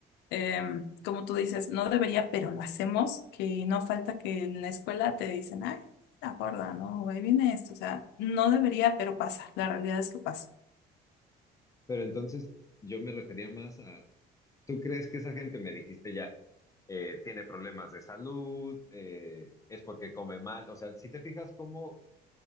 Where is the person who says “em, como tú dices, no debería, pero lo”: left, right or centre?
Left